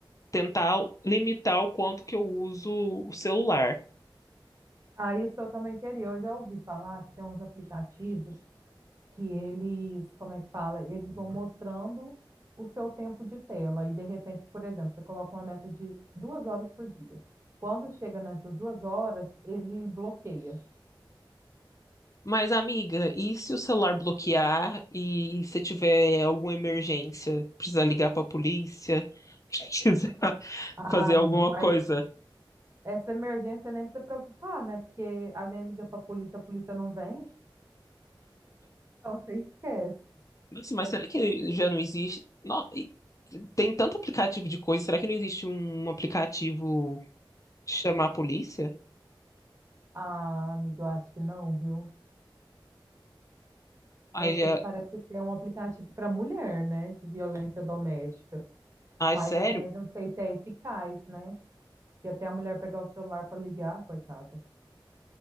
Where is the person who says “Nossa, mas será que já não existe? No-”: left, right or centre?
Left